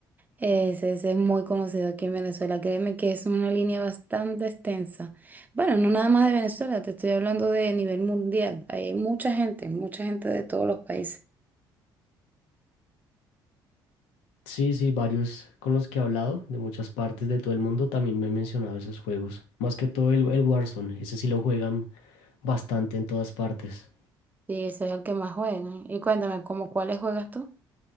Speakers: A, on the right; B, on the left.
A: Ese, ese es muy conocido aquí en Venezuela. Créeme que es una línea bastante extensa. Bueno, no nada más de Venezuela, te estoy hablando de nivel mundial. Ahí Hay mucha gente, mucha gente de todos los países.
B: Sí, sí, varios con los que he hablado de muchas partes de todo el mundo también me han mencionado esos juegos. Más que todo el, el Warzone, ese sí lo juegan bastante en todas partes.
A: Sí, ese es el que más juegan. Y cuéntame, ¿cómo cuáles juegas tú?